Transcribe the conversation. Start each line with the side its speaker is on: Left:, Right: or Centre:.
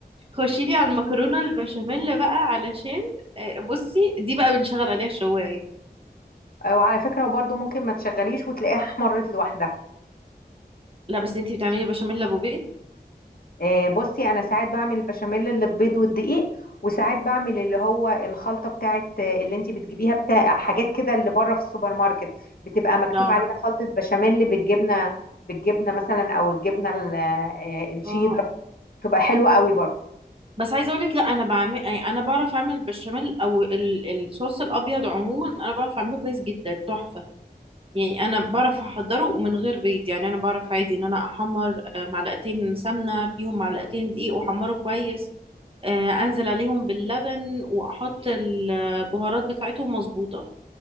Right: خشي لي على المكرونه البشاميل بقى علشان آه، بصي دي بقى بنشغل عليها الشوايه
Left: آه، وعلى فكرة وبرده ممكن ما تشغليش وتلاقيها احمرت لوحدها
Right: لا بس انتي بتعملي بشاميل ابو بيت
Left: آه، بصي انا ساعات بعمل البشاميل اللي ببيض والدقيق وساعات بعمل اللي هو الخلطة بتاعت آه، اللي انت بتجيبيها بتاع حاجات كده اللي بره في السوبر ماركت بتبقى مكتوب
Right: لا
Left: عليها خلطة بشاميل بالجبنة بالجبنة مثلا او الجبنة ال- آه، الشيدر
Right: اه
Left: بتبقى حلوة قوي برضه
Right: بس عايزه اقول لك لا انا بعمل يعني انا بعرف اعمل البشاميل او ال- الصوص الابيض عموما انا بعرف اعمله كويس جدا تحفه يعني انا بعرف احضره ومن غير بيض يعني انا بعرف عادي ان انا احمر آه، معلقتين سمنه فيهم معلقتين دقيق واحمره كويس آه، انزل عليهم باللبن واحط البهارات بتاعتهم مظبوطه